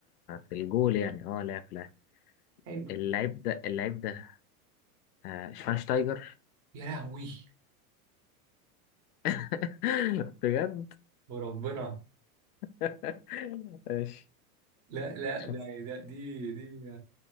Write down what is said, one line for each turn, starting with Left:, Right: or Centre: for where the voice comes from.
Left: في الجول يعني اه لعب لعب
Right: حلو
Left: اللعيب ده اللعيب ده آه شفاينشتايجر
Right: يا لهوي
Left: <laughs> بجد
Right: وربنا
Left: <laughs> ماشي
Right: لا لا
Left: شوف
Right: ده ده دي دي